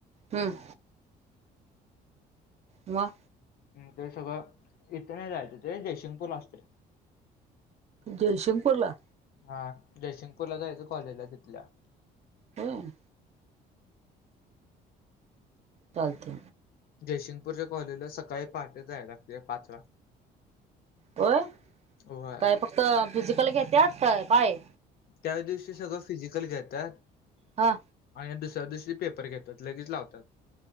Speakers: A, on the right; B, on the left.
A: हम् <inaudible> म
B: ते सगळं इथे नाही जायचं ते जयसिंगपूरला असतय.
A: जयसिंगपूरला?
B: हा जयसिंगपूरला जायचं कॉलेजला तिथल्या
A: होय! चालते.
B: जयसिंगपूरच्या कॉलेजला सकाळी पहाटे जायला लागते पाच ला
A: होय
B: होय.
A: काय फक्त फिजिकल घेत्यात का काय?
B: त्याच दिवशी सगळं फिजिकल घेतात.
A: हा.
B: आणि दुसऱ्या दिवशी पेपर घेतात लगेच लावतात.